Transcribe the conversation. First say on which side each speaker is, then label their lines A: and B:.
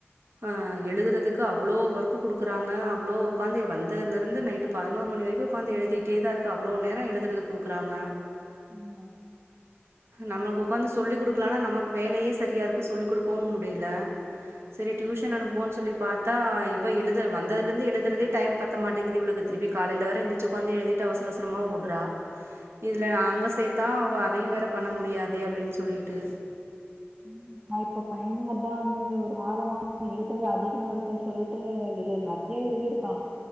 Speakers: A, on the right; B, on the right.
A: அஹ் எழுதுறதுக்கு அவ்ளோ ஒர்க்கு குடுக்குறாங்க அவ்ளோ உக்காந்தி வந்ததுல இருந்து நைட்டு பதினோரு மணி வரைக்கு உக்காந்து எழுதிட்டே தா இருக்கா அவ்ளோ நேரோ எழுதுறது குடுக்குறாங்க
B: <unintelligible>
A: நம்மளுக்கு உக்காந்து சொல்லிக் குடுக்கலானா நமக்கு வேலயே சரியாருக்கு சொல்லிக் குடுக்கவும் முடியில செரி டியூஷன் அனுப்புவோன் சொல்லி பாத்தா இவ எழுத வந்ததுலிந்து எழுதறதே டைம் பத்த மாட்டிங்கிது இவுளுது திருப்பி காலைல வேற எந்திரிச்சி உக்காந்து எழுதிட்டு அவசர அவசரமா ஓட்றா இதுல நா அங்க சேத்தா அவ அதையு வேற பண்ண முடியாதே அப்டின் சொல்லீட்டு
B: <inaudible> நா இப்ப பையனு அத்தா அண்ணி ஒரு வாரமா எழுதறது அதிகமா இருக்குன் சொல்லிட்டு எழு நறிய எழுதிருக்கா